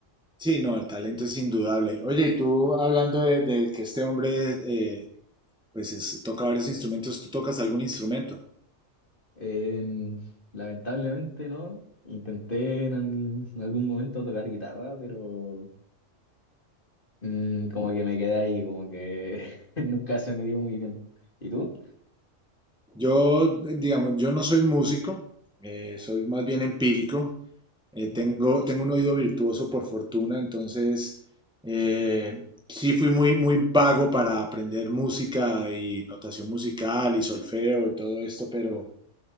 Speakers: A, in the centre; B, on the left.
A: Sí, no, el talento es indudable. Oye, y tú hablando de, de que este hombre eh, pues es- toca varios instrumentos. ¿Tú tocas algún instrumento?
B: En- lamentablemente no. Intenté en, al- en algún momento tocar guitarra, pero mm, como que me quedé ahí, como que <laughs> nunca se me dio muy bien. ¿Y tú?
A: Yo, eh, digamos, yo no soy músico, eh, soy más bien empírico. Eh,
B: Ya,
A: tengo, tengo un oído virtuoso por fortuna, entonces eh, sí fui muy, muy vago para aprender música y notación musical y solfeo y todo esto, pero,